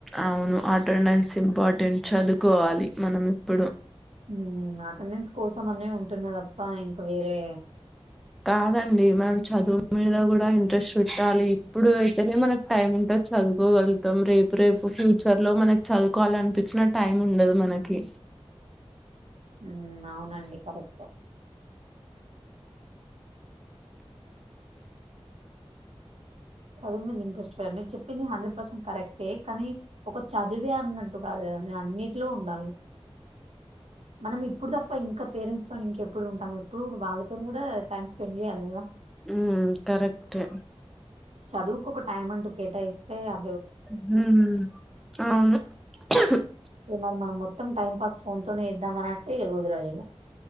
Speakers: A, in the centre; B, on the right.
A: అవును అటెండెన్స్ ఇంపార్టెంట్ చదువుకోవాలి మనం ఇప్పుడు
B: మ్మ్ అటెండెన్స్ కోసం అనే ఉంటున్నవ ఆ ఇంక వేరే
A: కాదండి మనం చదువు మీద కూడా ఇంట్రెస్ట్ పెట్టాలి ఇప్పుడు అయితేనే మనకు టైమ్ ఉంటే చదువుకోగలుగుతాం రేపు రేపు ఫ్యూచర్ లో మనకి చదువుకోవాలనిపించిన టైం ఉండదు మనకి
B: మ్మ్ అవునండి కరెక్ట్ చదివు మీద ఇంట్రెస్ట్ పెయిండి ని చెప్పింది హండ్రెడ్ పర్సెంట్ కరెక్టే కానీ ఒక చదివే అన్నట్టు కాదు కదాని అన్నిట్లో ఉండాలి మనం ఇప్పుడు తప్ప ఇంకా పేరెంట్స్ తోని ఇంకెప్పుడు ఉంటాము ఎప్పుడు వాళ్ళతోన్ కూడా టైమ్ స్పెండ్ చేయాలి కదా
A: ఉం కరెక్టే
B: చదువుకు ఒక టైం అంటూ కేటాయిస్తే అ
A: ఉహు అవును అ
B: ఏగ మరి మన మొ త్తం టైం పాస్ ఫోన్ తోనే ఇద్దాంమనంట్టే ఇగ కుదురదు ఇగ